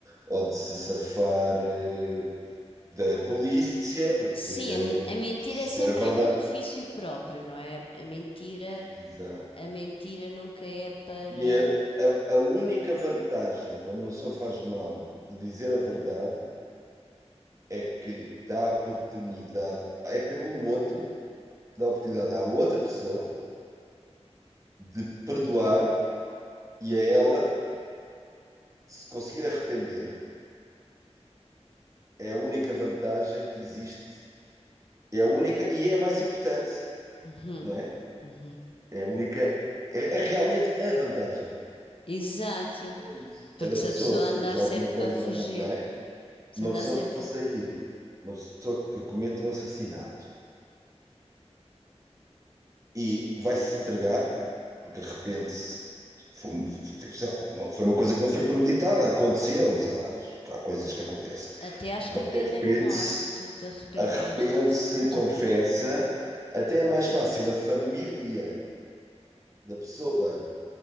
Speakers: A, on the right (about 30°); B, on the left (about 50°).
A: Ou de se safar eh, da polícia, porque
B: Sim, a, men-
A: a mentira...
B: a mentira
A: Se
B: é sempre
A: era verdade.
B: em benefício próprio, não é? A mentira.
A: Exato.
B: A mentira nunca é para.
A: E é a, a única vantagem quando uma pessoa faz mal de dizer a verdade é que dá oportunidade, é pelo outro, dá oportunidade à outra pessoa de perdoar e a ela se conseguir arrepender. É a única vantagem que existe, é a única e é a mais importante,
B: Uhum,
A: não é?
B: uhum.
A: É a única, é, é realmente a vantagem.
B: Exato,
A: É isso.
B: porque
A: É da
B: se
A: pessoa
B: a pessoa
A: se
B: andar
A: fez alguma
B: sempre
A: coisa,
B: para fugir,
A: ma- não é?
B: se
A: Uma
B: andar
A: pessoa
B: sempre.
A: que possa
B: a-
A: ir, uma pessoa que cometa um assassinato e vai-se entregar, porque de repente foi, um, sei lá, uma, foi uma coisa que não foi premeditada, aconteceu, sei lá, há coisas que acontecem.
B: Até acho que a
A: Vai,
B: pena
A: arrepende-se,
B: é menor se tu te arrependeres.
A: arrepende-se,
B: Se
A: confessa,
B: tu...
A: até é mais fácil a família da pessoa